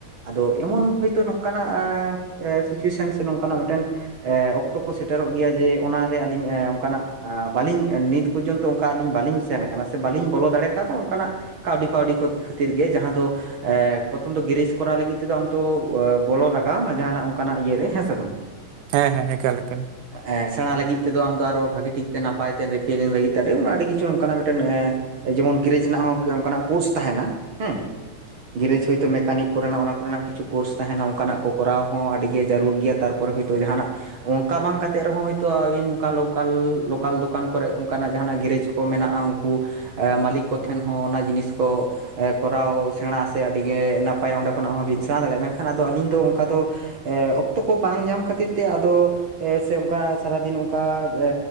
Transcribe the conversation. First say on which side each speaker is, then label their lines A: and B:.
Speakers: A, on the right; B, on the right.
A: ᱟᱫᱚ ᱮᱢᱚᱱ ᱦᱚᱭᱛᱳ ᱱᱚᱝᱠᱟᱱᱟᱜ ᱥᱤᱪᱩᱭᱮᱥᱚᱱ ᱥᱮ ᱱᱚᱝᱠᱟᱱᱟᱜ ᱢᱤᱫᱴᱮᱱ ᱮᱜ ᱚᱠᱛᱚ ᱠᱚ ᱥᱮᱴᱮᱨᱚᱜ ᱜᱮᱭᱟ ᱡᱮ ᱚᱱᱟᱨᱮ ᱟᱹᱞᱤᱧ ᱚᱱᱠᱟᱱᱟᱜ ᱵᱟᱹᱞᱤᱧ ᱱᱤᱛ ᱯᱚᱨᱡᱚᱱᱛᱚ ᱚᱱᱠᱟ ᱟᱹᱞᱤᱧ ᱵᱟᱹᱞᱤᱧ ᱥᱮᱱ ᱟᱠᱟᱱᱟ ᱥᱮ ᱵᱟᱹᱞᱤᱧ ᱵᱚᱞᱚ ᱫᱟᱲᱮ ᱠᱟᱣᱫᱟ ᱚᱱᱠᱟᱱᱟᱜ ᱠᱟᱹᱣᱰᱤ ᱯᱷᱟᱹᱣᱰᱤ ᱠᱚ ᱠᱷᱟᱹᱛᱤᱨ ᱜᱮ, ᱡᱟᱦᱟᱸ ᱫᱚ ᱯᱨᱚᱛᱷᱚᱢ ᱫᱚ ᱜᱮᱨᱮᱡ ᱠᱚᱨᱟᱣ ᱞᱟᱹᱜᱤᱫ ᱛᱮᱫᱚ ᱟᱢ ᱛᱚ ᱵᱚᱞᱚ ᱞᱟᱜᱟᱣ ᱟᱢᱟ ᱡᱟᱦᱟᱱᱟᱜ ᱚᱱᱠᱟᱱᱟᱜ ᱤᱭᱟᱹᱨᱮ ᱦᱮᱸ ᱥᱮ ᱵᱟᱝ?
B: ᱦᱮᱸ ᱦᱮᱸ ᱮᱠᱟᱞᱼᱮᱠᱟᱞ᱾
A: ᱮᱸ ᱥᱮᱬᱟ ᱞᱟᱹᱜᱤᱫ ᱛᱮᱫᱚ ᱟᱢ ᱫᱚ ᱟᱨᱚ ᱵᱷᱟᱹᱜᱤ ᱴᱷᱤᱠ ᱛᱮ ᱱᱟᱯᱟᱭ ᱛᱮ ᱨᱤᱯᱭᱮᱨᱤᱝ ᱞᱟᱹᱜᱤᱫ ᱛᱮ ᱟᱹᱰᱤ ᱠᱤᱪᱷᱩ ᱱᱚᱝᱠᱟᱱᱟᱜ ᱢᱤᱫᱴᱮᱱᱸ ᱮ ᱡᱮᱢᱚᱱ ᱜᱮᱨᱮᱡᱽ ᱨᱮᱱᱟᱜ ᱦᱚᱸ ᱚᱱᱠᱟᱱᱟᱜ ᱠᱳᱨᱥ ᱛᱟᱦᱮᱱᱟ ᱦᱮᱸ ᱜᱮᱨᱮᱡ ᱦᱚᱭᱛᱚ ᱢᱮᱠᱟᱱᱤᱠ ᱠᱚᱨᱮᱱᱟᱜ ᱚᱱᱟ ᱠᱚᱨᱮᱱᱟᱜ ᱠᱤᱪᱷᱩ ᱠᱳᱨᱥ ᱛᱟᱦᱮᱱᱟ, ᱚᱱᱠᱟᱱᱟᱜ ᱠᱚᱨᱟᱣ ᱦᱚᱸ ᱟᱹᱰᱤ ᱜᱮ ᱡᱟᱹᱨᱩᱲ ᱜᱮᱭᱟ ᱛᱟᱨᱯᱚᱨᱮ ᱦᱳᱭ ᱛᱚ ᱡᱟᱦᱟᱱᱟᱜ ᱚᱱᱠᱟ ᱵᱟᱝ ᱠᱟᱛᱮ ᱛᱮᱫ ᱨᱮᱦᱚᱸ ᱦᱳᱭᱛᱳ ᱟᱵᱤᱱ ᱱᱚᱝᱠᱟ ᱞᱳᱠᱟᱞ ᱞᱳᱠᱟᱞ ᱫᱚᱠᱟᱱ ᱠᱚᱨᱮ ᱚᱱᱠᱟᱱᱟᱜ ᱡᱟᱦᱟᱱᱟᱜ ᱜᱮᱨᱮᱡᱽ ᱠᱚ ᱢᱮᱱᱟᱜᱼᱟ ᱩᱱᱠᱩ ᱮ ᱢᱟᱹᱞᱤᱠ ᱠᱚᱴᱷᱮᱱ ᱦᱚᱸ ᱚᱱᱟ ᱡᱤᱱᱤᱥ ᱠᱚ ᱠᱚᱨᱟᱣ ᱥᱮᱬᱟ ᱥᱮ ᱟᱹᱰᱤᱜᱮ ᱱᱟᱯᱟᱭ ᱚᱸᱰᱮ ᱠᱷᱚᱱᱟᱜ ᱦᱚᱸᱵᱤᱱ ᱥᱮᱬᱟ ᱫᱟᱲᱮᱭᱟᱜᱼᱟ, ᱢᱮᱱᱠᱷᱟᱱ ᱟᱫᱚ ᱟᱹᱞᱤᱧ ᱫᱚ ᱚᱱᱠᱟ ᱫᱚ ᱮ ᱚᱠᱛᱚ ᱠᱚ ᱵᱟᱝ ᱧᱟᱢ ᱠᱷᱟᱹᱛᱤᱨ ᱛᱮ ᱟᱫᱚ -ᱼ ᱮ ᱚᱱᱠᱟ ᱥᱟᱨᱟᱫᱤᱱ ᱚᱱᱠᱟ ᱮ